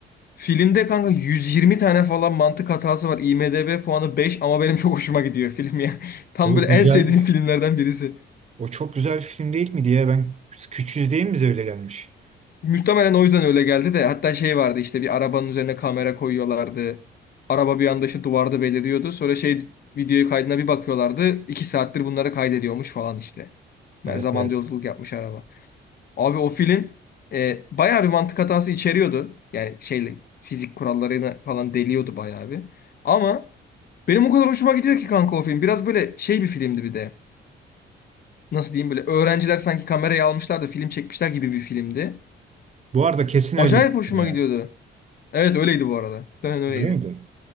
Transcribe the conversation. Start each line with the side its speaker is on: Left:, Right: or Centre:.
Left: Filmde kanka 120 tane falan mantık hatası var. IMDb puanı 5 ama benim çok hoşuma gidiyor film ya. <laughs> Tam
Right: O
Left: böyle en
Right: güzel.
Left: sevdiğim filmlerden birisi.
Right: O çok güzel bir film değil mi diye ben küçüğüz değil mi bize öyle gelmiş.
Left: Muhtemelen o yüzden öyle geldi de hatta şey vardı işte bir arabanın üzerine kamera koyuyorlardı. Araba bir anda işte duvarda beliriyordu. Sonra şey videoyu kaydına bir bakıyorlardı. iki saattir bunları kaydediyormuş falan işte.
Right: Evet
Left: Ben zamanda
Right: evet.
Left: yolculuk yapmış araba. Abi o film e, bayağı bir mantık hatası içeriyordu. Yani şeyle fizik kurallarını falan deliyordu bayağı bir. Ama benim o kadar hoşuma gidiyor ki kanka o film. Biraz böyle şey bir filmdi bir de. Nasıl diyeyim böyle öğrenciler sanki kamerayı almışlar da film çekmişler gibi bir filmdi.
Right: Bu arada kesin
Left: Acayip
Right: öyle bir film
Left: hoşuma
Right: yani.
Left: gidiyordu. Evet öyleydi bu arada. Muhtemelen öyleydi.
Right: Öyle miydi?